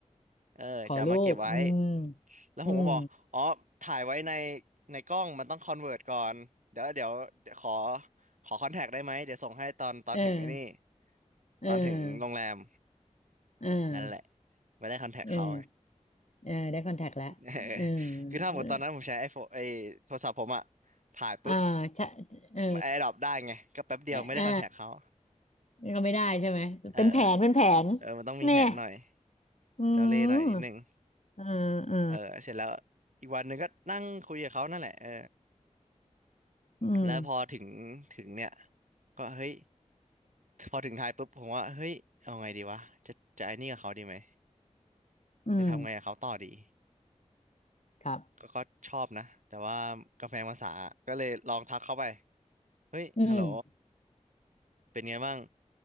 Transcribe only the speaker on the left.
ขอรูปอืม
อืม
เออเออ
เออ
เออเออได้คอนแทคแล้วเออ
เออ
อ่าใช่เออ
อ่า นี่ก็ไม่ได้ใช่ไหม
เป็นแผนเป็นแผน
เนี่ยอื
มเออเออ
อืม
อืม
ครับ
อืม